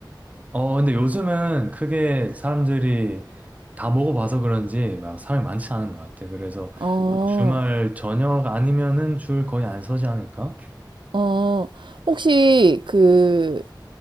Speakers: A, on the right; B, on the right.
A: 어, 근데 요즘은 크게 사람들이 다 먹어 봐서 그런지 막 사람이 많지 않은 것 같아. 그래서
B: 어,
A: 주말 저녁 아니면은 줄 거의 안 서지 않을까?
B: 어. 혹시 그,